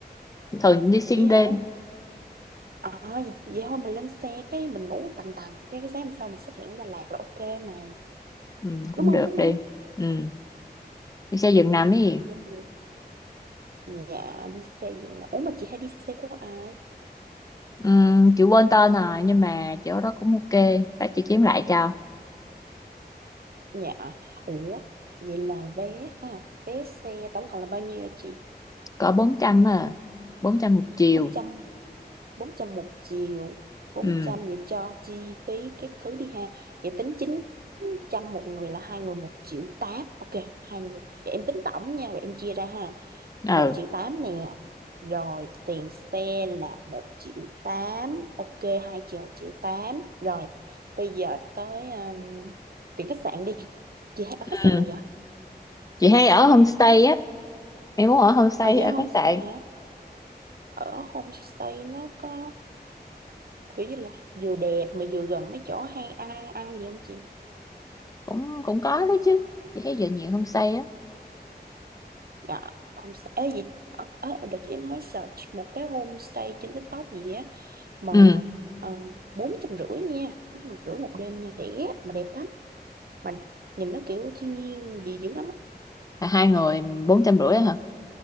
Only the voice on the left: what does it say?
thường đi xuyên
đêm,
ừ, cũng
được
đi.
Ừ, đi xe giường nằm đi.
Ừm, chị quên tên rồi nhưng mà chỗ đó cũng ok bác chị kiếm lại cho
cỡ 400 à 400 một chiều
ừ
ừ
Ừ.
Chị hay ở homestay á, em muốn ở homestay
hay
ở
khách sạn
cũng cũng có đấy chứ chị thấy giờ nhiều homestay á
ừ
là hai người bốn trăm rưỡi hả